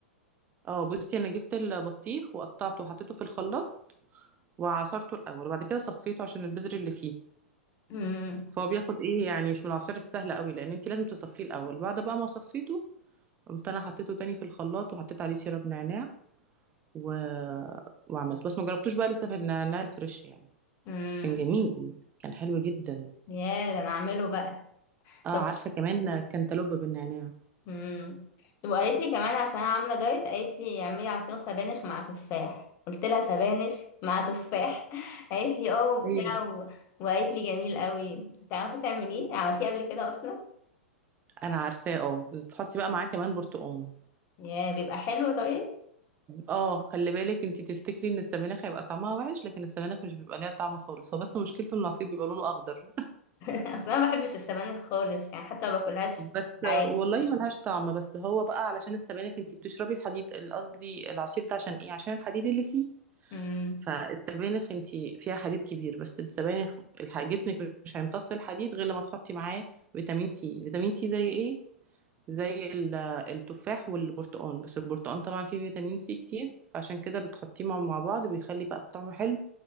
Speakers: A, on the right; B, on the left.
A: اه بصي انا جبت البطيخ وقطعته وحطيته في الخلاط وعصرته الاول وبعد كده صفيته عشان البذر اللي فيه
B: امم
A: فهو بياخد ايه يعني مش من العصير السهل قوي لان انت لازم تصفيه الاول بعد بقى ما صفيته قمت انا حطيته تاني في الخلاط وحطيت عليه سيرب نعناع و... وعملته بس ما جربتوش بقى لسه في النعناع الفريش يعني
B: امم
A: بس كان جميل كان حلو جدا
B: ياه ده انا اعمله بقى
A: اه
B: طب
A: عارفه كمان كانتالوب بالنعناع
B: امم طب وقالت لي كمان عشان انا عاملة دايت قالت لي اعملي عصير سبانخ مع تفاح قلت لها سبانخ مع تفاح <laughs> قالت لي اه وبتاع
A: ايوه
B: و... وقالت لي جميل قوي تعرفي تعمليه عملتيه قبل كده اصلا
A: انا عارفاه اه بس تحطي بقى معاه كمان برتقال
B: ياه بيبقى حلو طيب
A: اه خلي بالك انتي تفتكري ان السبانخ هيبقى طعمها وحش لكن السبانخ مش بيبقى ليها طعم خالص هو بس مشكلته ان العصير بيبقى لونه اخضر
B: <laughs> اصل انا ما بحبش السبانخ خالص يعني حتى ما باكلهاش في
A: بس
B: العادي
A: والله ملهاش طعم بس هو بقى علشان السبانخ انتي بتشربي الحديد قصدي العصير ده عشان ايه عشان الحديد اللي فيه
B: امم
A: فالسبانخ انتي فيها حديد كبير بس السبانخ الح- جسمك مش هيمتص الحديد غير لما تحطي معاه فيتامين سي فيتامين سي زي ايه زي ال- التفاح والبرتقال بس البرتقال طبعا فيه فيتامين سي كتير فعشان كده بتحطيه مع مع بعض بيخلي بقى الطعم حلو